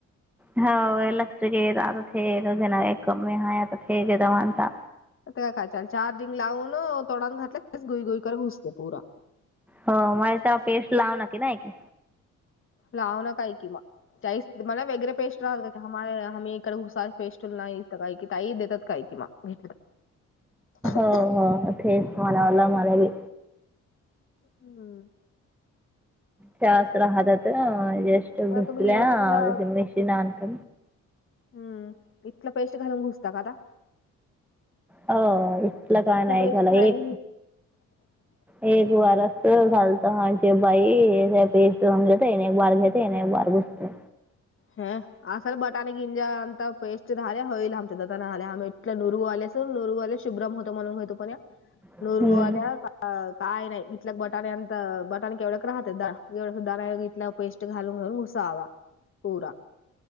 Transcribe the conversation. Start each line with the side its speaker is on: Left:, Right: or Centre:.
Centre: हो इलेक्ट्रिक येत आता थे घे ना एक कमी आहे आता थकेत म्हता
Left: काय काय चार्जिंग लावून तोडान घातले गुई गुई कर घुसते पुरा.
Centre: हो माहीत्या पेस्ट लावल की नाही की
Left: लाव नं काय कि म. चाईस मला वेगरे पेस्ट राहतात कामे आम् इकडे हुसा पेस्ट नाही काही की ता देतात काय कि मग <inaudible>
Centre: हो हो तेच म्हणावला मला बी
Left: हम्म!
Centre: त्याच राहतात्या ज्येष्ठ बुसल्या
Left: आता तुम्ही इथलं
Centre: मेशीन आणत
Left: हम् इथलं पैसे घालून घुसता का आता.
Centre: अ इथलं काय नाही
Left: पेस्ट
Centre: झाला
Left: नाही
Centre: एक
Left: <inaudible>
Centre: एक बार असत घालत म्हजे बाई पेट जंगले एक बार घेत नाही बार घुसतय.
Left: ह असा बटाणे गिंजा अता पेस्ट झाल्या होईल आमच्या दल्या आम इतल्या नुरगू आल्या. नुरुवाल्या शुभ्रम होत म्हणून पण
Centre: हम्म.
Left: नुरुवाल्या अ काय नाही इथल्या बटाणेंत बटाण केवढ्या राहतात दवढ तला पेस्ट घालून घालून घुसावा पुरा.